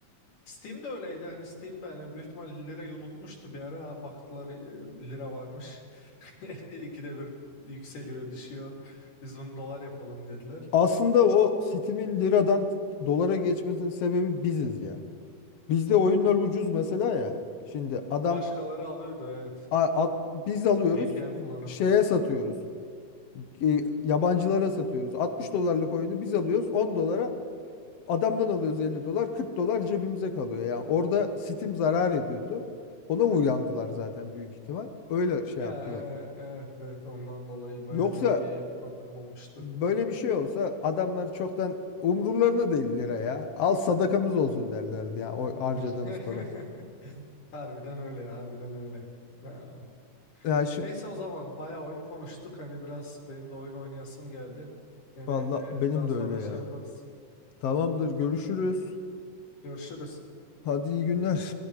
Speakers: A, on the left (about 75°); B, on the left (about 60°).
A: Steam de öyleydi hani Steam de hani büyük ihtimal lirayı unutmuştu bir ara Ha, baktılar e, lira varmış. <laughs> İkide bir yükseliyor düşüyor. Biz bunu dolar yapalım dediler.
B: Aslında o Steam'in liradan dolara geçmesinin sebebi biziz ya. Bizde oyunlar ucuz mesela ya. Şimdi adam
A: Başkaları alıyordu evet
B: A- at- biz alıyoruz
A: VPN kullanıp.
B: şeye satıyoruz. E, yabancılara satıyoruz. 60 dolarlık oyunu biz alıyoruz 10 dolara adamdan alıyoruz 50 dolar 40 dolar cebimize kalıyor. Yani orada Steam zarar ediyordu. Ona uyandılar zaten büyük ihtimal. Öyle şey
A: Ya,
B: yaptılar.
A: e, evet evet ondan dolayı baya
B: Yoksa
A: bir e, problem olmuştu.
B: böyle bir şey olsa adamlar çoktan umurlarına değil lira ya. Al sadakamız olsun derlerdi ya o harcadığımız
A: <laughs>
B: para.
A: Harbiden öyle ya, harbiden öyle. Ha.
B: Ya şimdi
A: Neyse o zaman bayağı oyun konuştuk. Hani biraz benim de oyun oynayasım geldi. Yine
B: valla benim
A: e, daha sonra
B: de öyle ya.
A: şey yaparız.
B: Tamamdır görüşürüz.
A: Görüşürüz.
B: Hadi iyi günler.